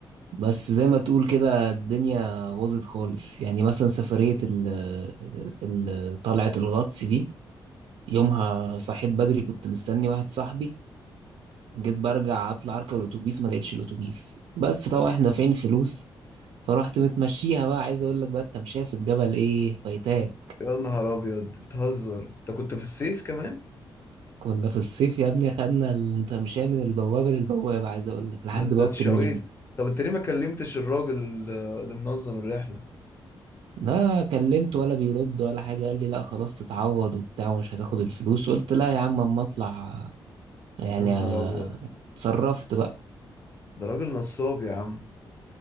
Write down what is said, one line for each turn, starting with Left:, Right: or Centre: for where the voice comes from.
Right: بس زي ما تقول كده الدنيا باظت خالص يعني مثلا سفرية ال ال- طلعة الغطس دي يومها صحيت بدري كنت مستني واحد صاحبي جيت برجع اطلع اركب الاتوبيس ما لقيتش الاتوبيس بس طبعا احنا دافعين فلوس فرحت متمشيها بقى عايز اقول لك بقى التمشية في الجبل ايه فايتاك
Left: يا نهار ابيض بتهزر انت كنت في الصيف كمان
Right: كنا في الصيف يا ابني خدنا التمشية من البوابة للبوابة عايز أقول لك لحد
Left: ده انت
Right: بوابة
Left: اتشويت
Right: المينا
Left: طب انت ليه ما كلمتش الراجل اللي اللي منظم الرحلة
Right: لا كلمت ولا بيرد ولا حاجة قال لي لا خلاص تتعوض وبتاع ومش هتاخد الفلوس قلت لا يا عم أما أطلع يعني
Left: يا نهار
Right: آه،
Left: ابيض
Right: اتصرفت بقى
Left: ده راجل نصاب يا عم